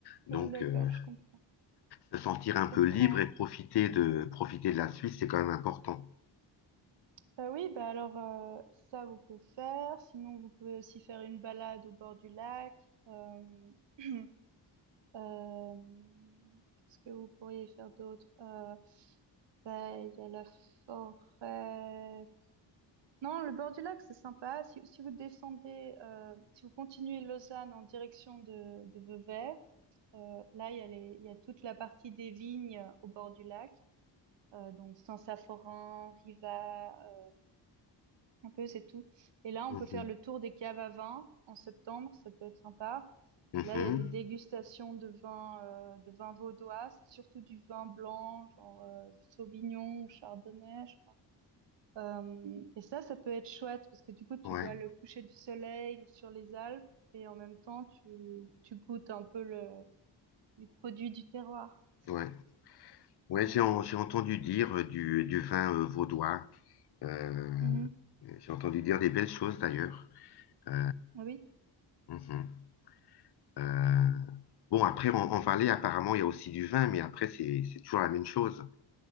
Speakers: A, on the left; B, on the right.
A: Donc,
B: Ah, D'accord,
A: euh,
B: je comprends.
A: se sentir
B: Je
A: un
B: comprends.
A: peu libre et profiter de, profiter de la Suisse, c'est quand même important.
B: Bah oui, bah alors euh, ça vous pouvez faire. Sinon, vous pouvez aussi faire une balade au bord du lac. Euh, <clears throat> euh, qu'est-ce que vous pourriez faire d'autre? Euh, bah il y a la forêt. Non, le bord du lac c'est sympa. Si, si vous descendez, euh, si vous continuez Lausanne en direction de, de Vevey, euh, là il y a les, il y a toute la partie des vignes au bord du lac. euh, donc Saint-Saphorin, Riva, euh, un peu c'est tout. Et là, on
A: Mhm.
B: peut faire le tour des caves à vin en septembre, ça peut être sympa.
A: Mhm.
B: Là, il y a des dégustations de vins euh, de vins vaudois, c'est surtout du vin blanc, genre euh, Sauvignon ou Chardonnay, je crois. Euh, et ça, ça peut être chouette parce que du coup, tu
A: Ouais,
B: vois le coucher du soleil sur les Alpes et en même temps, tu, tu goûtes un peu le, les produits du terroir.
A: ouais. Ouais,
B: Ouais.
A: j'ai en- j'ai entendu dire euh, du, du vin euh, vaudois. Euh,
B: Mhm.
A: j'ai entendu dire des belles choses d'ailleurs. Euh,
B: Ah oui.
A: mhm. Euh, bon, après, en, en Valais, apparemment, il y a aussi du vin, mais après, c'est, c'est toujours la même chose.